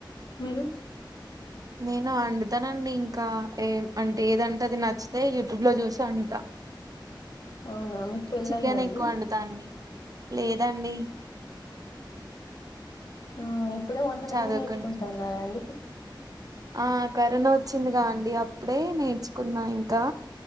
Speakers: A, on the left; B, on the right.
A: మీరు
B: నేను అండుతనండి ఇంకా ఏం అంటే ఏదంటే అది నచ్చు తే యూట్యూబ్ లో చూసి వన్డుతా
A: అవునా మీకు పెళ్ళి
B: చికెన్
A: అయిందండి
B: ఎక్కువ వండుతా అండి లేదండి
A: ఆ ఇప్పుడే వంటలన్నీ
B: చదువుకుంటున్నా
A: నేర్చుకుంటాన్నరాండి
B: ఆ కరోనా వచ్చిందిగా అండి అప్పుడే నేర్చుకున్నా ఇంకా